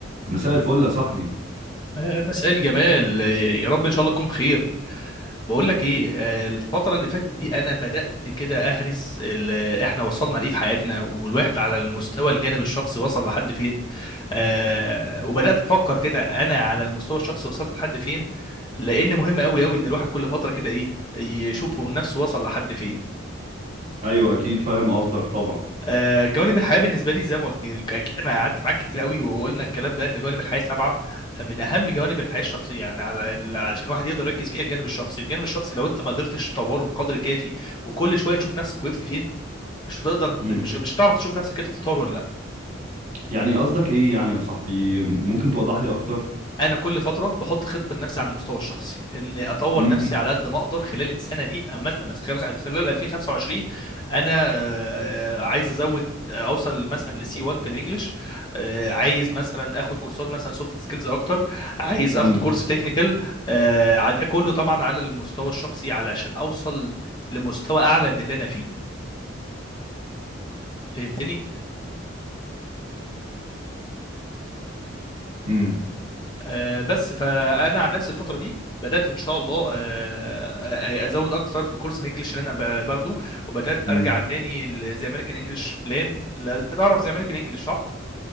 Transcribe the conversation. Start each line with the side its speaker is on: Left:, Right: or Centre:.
Right: مساء الفل يا صاحبي
Left: آه، مساء الجمال آه، يا رب ان شاء الله تكون بخير بقول لك ايه آه، الفتره اللي فاتت دي انا بدات كده اهرس ال- احنا وصلنا لايه في حياتنا والواحد على المستوى الجانب الشخصي وصل لحد فين آه، وبدات افكر كده انا على المستوى الشخصي وصلت لحد فين لان مهم قوي قوي ان الواحد كل فتره كده ايه يشوف هو نفسه وصل لحد فين
Right: ايوه اكيد فاهم قصدك طبعا
Left: آه، جوانب الحياه بالنسبه لي زي ما قلت لك، اكيد انا قعدت معاك كتير قوي وقلنا الكلام ده ان جوانب الحياه سبعه فمن اهم جوانب الحياه الشخصيه يعني على ال- عشان الواحد يقدر يركز فيها الجانب الشخصي الجانب الشخصي لو انت ما قدرتش تطوره بقدر كافي وكل شويه تشوف نفسك وقفت فين مش هتقدر
Right: امم
Left: مش مش هتعرف تشوف نفسك انت بتتطور ولا
Right: يعني قصدك ايه يعني يا صاحبي ممكن توضح لي اكتر
Left: انا كل فتره بحط خطه لنفسي على المستوى الشخصي اني اطور
Right: امم
Left: نفسي على قد ما اقدر خلال السنه دي مثلا مثلا خلال خلال 2025 انا آه، عايز ازود آه، اوصل مثلا لسي 1 في الانجليش آه، عايز مثلا اخد كورسات مثلا سوفت سكيلز اكتر عايز اخد
Right: امم
Left: كورس تكنيكال ده كله طبعا على المستوى الشخصي علشان اوصل لمستوى اعلى من اللي انا فيه فهمتني
Right: امم
Left: آه، بس فانا عن نفسي الفتره دي بدات ان شاء الله آه، آه، ازود اكثر في كورس الانجليش اللي انا ب- باخده وبدات
Right: امم
Left: ارجع تاني زي امريكان انجلش بلان لا انت تعرف زي امريكان انجلش صح